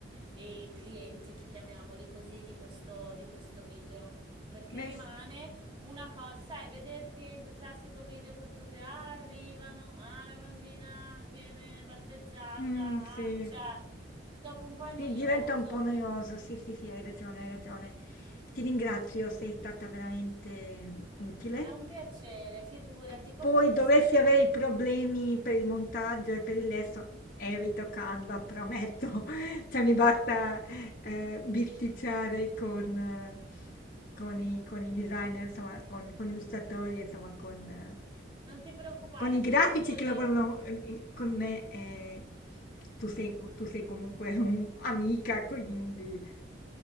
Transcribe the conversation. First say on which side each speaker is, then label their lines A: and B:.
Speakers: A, on the right (about 25°); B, on the left (about 50°).
A: i clienti, chiamiamoli così, di questo, di questo video. Perché
B: beh,
A: rimane
B: s-
A: una cosa, sai, vederti il classico video con tutti, ah, arrivano, ah, la bambina viene battezzata,
B: mm, sì,
A: ah, cioè, dopo un po'
B: sì,
A: è noioso.
B: diventa un po' noioso, sì, sì, sì, hai ragione, hai ragione. Ti ringrazio, sei stata veramente mm, utile.
A: È un piacere, figurati.
B: P-
A: Comunque,
B: poi dovessi
A: se
B: avere
A: quan-
B: i problemi per il montaggio e per il lesso, evito Canva, prometto.
A: <laughs>
B: <laughs> Cioè, mi basta eh, bisticciare con, eh, con i, con i designer, insomma, con, con gli illustratori, insomma, con, eh,
A: Non ti preoccupare,
B: con i grafici
A: ti aiuto io.
B: che lavorano eh, in- con me. eh, tu sei, tu sei comunque <laughs> un'amica, quindi